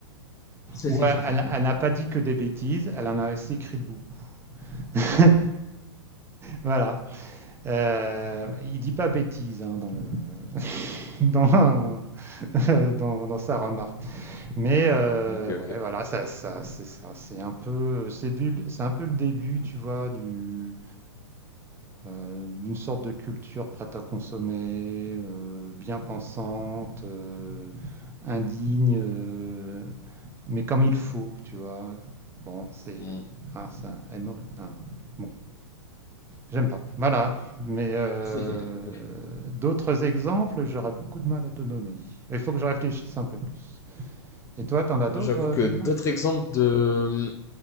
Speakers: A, on the left (about 20°); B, on the right (about 15°).
A: <laughs>
B: Ou elle elle- elle n'a pas dit que des bêtises, elle en a aussi écrit de beaucoup. <laughs> Voilà. Euh, il dit pas bêtises hein, dans le <laughs> dans <laughs> euh, dans, dans sa remarque. Mais euh,
A: Ok, ok.
B: ouais, voilà, ça, ça, c'est ça, c'est un peu, c'est bu- c'est un peu le début, tu vois, du, euh, d'une sorte de culture prête à consommer, euh, bien pensante, euh, indigne, euh, mais comme il faut, tu vois. Bon, c'est,
A: Hmm.
B: ah, ça, aimerait, ah, bon, j'aime pas. Voilà, mais euh,
A: <laughs>
B: d'autres exemples, j'aurais beaucoup de mal à te donner. Il faut que je réfléchisse un peu plus. Et toi, t'en as
A: Moi,
B: d'autres
A: j'avoue
B: euh,
A: que
B: exemples?
A: d'autres exemples de,